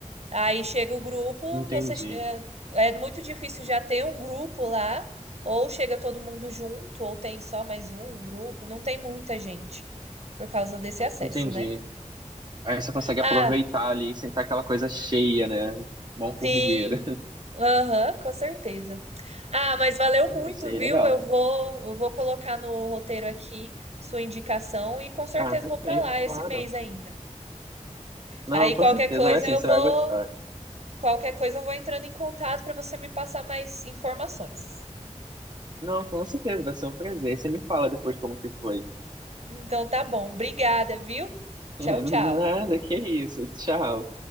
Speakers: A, on the right; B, on the right.
A: Aí chega o grupo,
B: Entendi.
A: você é, é muito difícil já ter um grupo lá, ou chega todo mundo junto, ou tem só mais um um grupo, não tem muita gente por causa desse acesso,
B: Entendi.
A: né?
B: Aí você consegue
A: Ah,
B: aproveitar ali, sem estar aquela coisa cheia, né? Bom
A: sim.
B: formigueiro. <laughs>
A: Aham, com certeza. Ah, mas valeu
B: Ah,
A: muito,
B: isso aí
A: viu?
B: é legal.
A: Eu vou, eu vou colocar no roteiro aqui sua indicação e com certeza
B: Ah, perfeito,
A: vou para lá esse
B: claro.
A: mês ainda.
B: Não,
A: Aí
B: com
A: qualquer
B: certeza,
A: coisa
B: vai sim,
A: eu
B: você
A: vou,
B: vai gostar.
A: qualquer coisa eu vou entrando em contato para você me passar mais informações.
B: Não, com certeza, vai ser um prazer. Você me fala depois como que foi.
A: Então tá bom. Obrigada, viu? Tchau,
B: <laughs>
A: tchau.
B: Nada, que isso. Tchau.